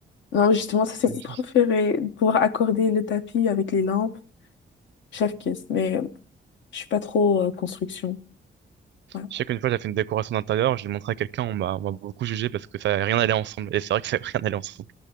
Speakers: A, on the left (about 80°); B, on the right (about 75°).
A: Non, justement, ça c'est
B: <laughs>
A: mon préféré. Pouvoir accorder le tapis avec les lampes. Chef kiss. Mais euh, je suis pas trop euh, construction. Voilà.
B: Je sais qu'une fois, j'ai fait une décoration d'intérieur, je l'ai montré à quelqu'un, on m'a on m'a beaucoup jugé parce que ça rien n'allait ensemble. Et c'est vrai que ça <laughs> rien n'allait ensemble.